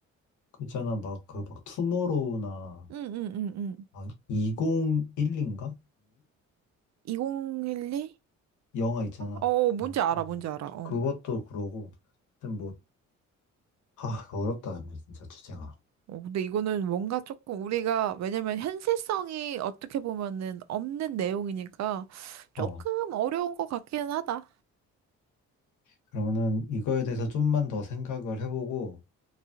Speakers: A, on the left (about 75°); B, on the right (about 60°).
A: 그 있잖아. 막 그 막 투모로우나
B: 응응응응.
A: 막 2011인가?
B: 2012인가?
A: 영화 있잖아.
B: 어, 뭔지
A: 음,
B: 알아,
A: 음.
B: 뭔지 알아. 어.
A: 그것도 그러고, 하여튼 뭐, 아, 어렵다, 근데 진짜 주제가.
B: 어, 근데 이거는 뭔가 조금 우리가 왜냐면 현실성이 어떻게 보면은 없는 내용이니까 조금
A: 어,
B: 어려운 것 같기는 하다.
A: 그러면은 이거에 대해서 좀만 더 생각을 해보고,